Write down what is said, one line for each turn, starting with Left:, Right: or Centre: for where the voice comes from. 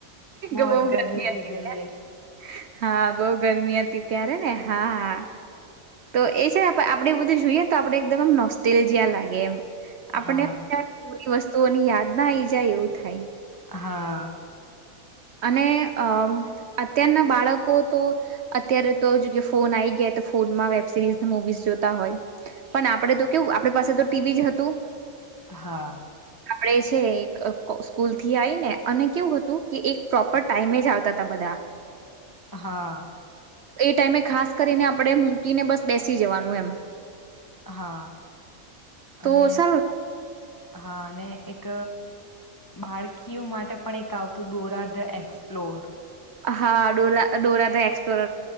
Left: બહોત
Right: બહુ
Left: ગરમી
Right: હતી
Left: ગિર રહી હૈ
Right: હા બહુ ગરમી હતી ત્યારે ને હા તો એ આપણેે એ બધું જોઈએ તો આપડે એકદમમ નોસ્ટલ જં લાગે એમ આપણે
Left: હા
Right: વસ્તુ તોની યાદ ના આ આવી જાય એવું થાય
Left: હા
Right: અને અ અત્યારના બાળકો તો અત્યારે તો ફોન આવી ગયા ફોનમાં વેબ સિરીઝ મુવીઝ જોતા હોય પણ આપડે તો કેવું આપણી પાસે તો ટીવી જ હતું
Left: હા.
Right: મળે છે સ્કૂલ થી આવીઈ ને અને કેવું હતું. કે એક પ્રોપર ટાઈમે જ આવતા તા બધા.
Left: હા.
Right: એ ટાઈમે ખાસ કરીને આપણે મૂકીને બસ બેસી જવાનું એમ.
Left: હા.
Right: તો
Left: અને
Right: સરર
Left: હા અનેને એક બાળકીઓ માટે પણ એક આવતું ડોરા ધ એક્સપ્લોર
Right: હા ડોરા ડોરા તો એક્સપ્લોર